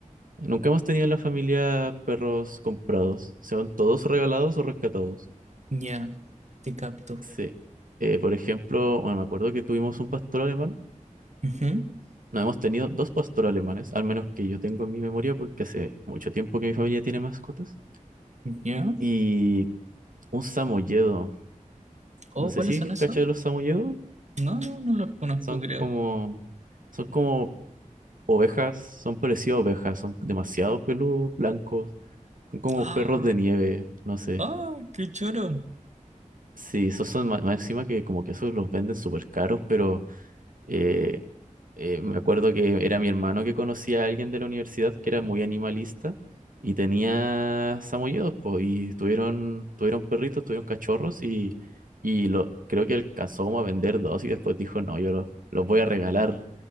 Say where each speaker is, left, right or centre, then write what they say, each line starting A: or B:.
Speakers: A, on the right; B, on the right.
A: Nunca hemos tenido en la familia perros comprados. Son todos regalados o rescatados.
B: Ya, te capto.
A: Sí. Eh, por ejemplo, bueno, me acuerdo que tuvimos un pastor alemán.
B: Ujú,
A: No, hemos tenido dos pastores alemanes, al menos que yo tengo en mi memoria, porque hace mucho tiempo que mi familia tiene mascotas.
B: Ya.
A: Y un samoyedo.
B: Oh,
A: No sé
B: ¿cuáles
A: si
B: son esos?
A: cachas de los samoyedos.
B: No, no, no los conozco,
A: Son
B: creo.
A: como, son como ovejas, son parecidas a ovejas, son demasiado peludos, blancos, son como
B: Ah,
A: perros de nieve, no sé.
B: ah, qué choro.
A: Sí, esos son ma- más, encima que como que esos los venden súper caros, pero eh, eh, me acuerdo que era mi hermano que conocía a alguien de la universidad que era muy animalista y tenía samoyedos, pues, y tuvieron, tuvieron perritos, tuvieron cachorros y, y lo, creo que alcanzó como a vender dos y después dijo, no, yo los, los voy a regalar.